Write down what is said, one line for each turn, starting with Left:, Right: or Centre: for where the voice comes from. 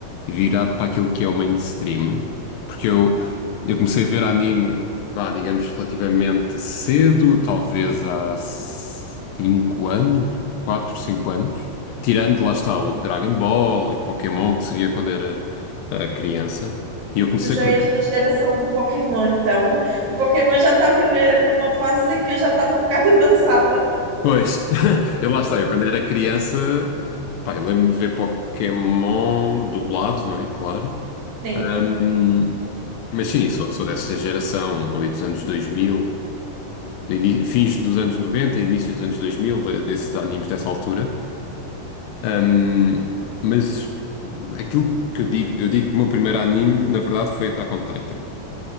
Left: virado para aquilo que é o mainstream, porque eu, eu comecei a ver anime, vá, digamos, relativamente cedo, talvez há 5 anos, 4 5 anos, tirando lá está o Dragon Ball e Pokémon que se via quando era eh, criança, e eu comecei
Right: Tu já
Left: por.
Right: és da geração do Pokémon, então. O Pokémon já estava na- numa fase em que eu já estava um bocado <laughs> avançada.
Left: Pois, <laughs> eu lá sei, eu quando era criança, pá, eu lembro-me de ver Pokémon dublado, não é? Claro.
Right: Sim.
Left: Ahm, mas sim, sou, sou dessa geração ali dos anos 2000, ini- fins dos anos 90 e início dos anos 2000, de- desses animes dessa altura. Ahm, mas aquilo que eu digo, eu digo que o meu primeiro anime, na verdade, foi Attack on Titan.